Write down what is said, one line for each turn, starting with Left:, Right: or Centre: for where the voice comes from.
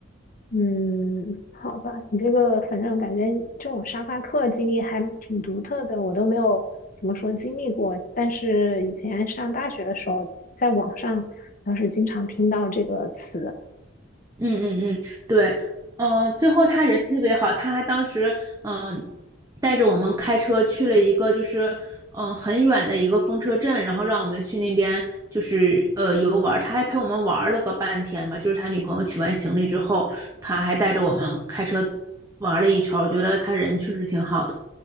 Left: 嗯，好吧，你这个反正感觉这种沙发客经历还挺独特的，我都没有怎么说经历过。但是以前上大学的时候，在网上倒是经常听到这个词。
Right: 嗯嗯嗯，对，嗯，最后他人特别好，他还当时嗯、呃带着我们开车去了一个就是嗯、呃很远的一个风车镇，然后让我们去那边就是呃游玩儿他还陪我们玩儿了个半天吧，就是他女朋友取完行李之后，他还带着我们开车玩儿了一圈儿我觉得他人确实挺好的，